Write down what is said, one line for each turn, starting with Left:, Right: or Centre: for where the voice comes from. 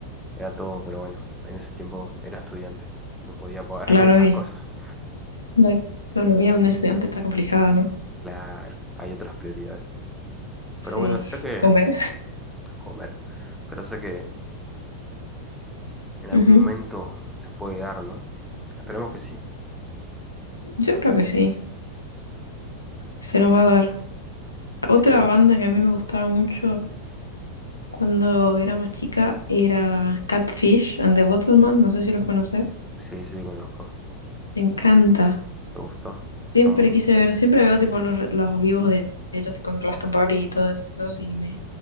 Centre: era todo, pero bueno, en ese tiempo era estudiante. No podía pagarme
Left: claro,
Centre: <laughs> esas
Left: y
Centre: cosas.
Left: la economía de un estudiante está complicada, ¿no?
Centre: Claro, hay otras prioridades.
Left: Sí,
Centre: Pero bueno, sé que
Left: comer.
Centre: comer, pero sé que en algún
Left: Ujú.
Centre: momento se puede dar, ¿no? Esperemos que sí.
Left: Yo creo que sí, se nos va a dar.
Centre: Sí,
Left: Otra banda que a mí me gustaba mucho cuando era más chica era Catfish and the Bottleman, no sé si los conoces.
Centre: sí, sí, conozco.
Left: Me encanta.
Centre: ¿Te gustó? Son...
Left: Siempre
Centre: bu-
Left: quise ver, siempre veo tipo los, los vivos de ellos, tipo en Glastonbury y todo eso, y me,